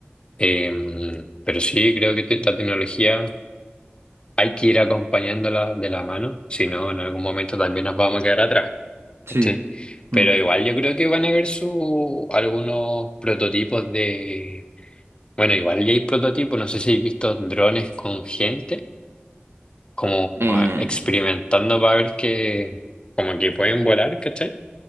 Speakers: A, on the left; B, on the right.
A: Em, pero sí, creo que te- la tecnología hay que ir acompañándola de la mano, si no, en algún momento también nos vamos a quedar atrás.
B: Sí.
A: ¿cachai? Pero
B: mm.
A: igual yo creo que van a haber su, algunos prototipos de... Bueno, igual ya hay prototipos, no sé si habéis visto drones con gente, como
B: Eh,
A: ah, experimentando para ver que, como que pueden volar, ¿cachai?